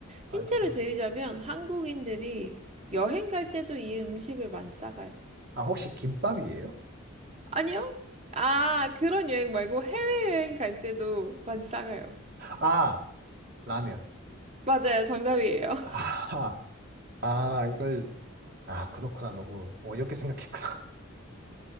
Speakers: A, on the right (about 45°); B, on the right (about 30°).
A: 반찬.
B: 힌트를 드리자면 한국인들이 여행 갈 때도 이 음식을 많이 싸가요.
A: 아, 혹시 김밥이에요?
B: 아니요? 아, 그런 여행 말고 해외여행 갈 때도 많이 싸가요.
A: 아, 라면.
B: 맞아요, 정답이에요. <laughs>
A: 아, <laughs> 아, 이걸 아, 그렇구나. 너무 어렵게 생각했구나.